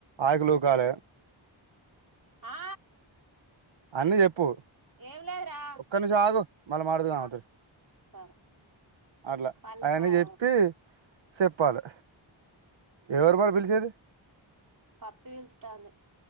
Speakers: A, on the right; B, on the right.
A: ఆకులుూకాలి
B: ఆ
A: అన్నీ చెప్పు
B: ఏం లేదురా
A: ఒక్కరి నిమిషం ఆగు మళ్ళ మాట్లాడువు
B: ఆ
A: అవతోనీ
B: సరే
A: అట్లా
B: పల్లికాయ
A: అయన్నీ చెప్పి చెప్పాలి
B: ఉమ్,
A: ఎవరు మరి పిలిచేది
B: పప్పి విళ్తంది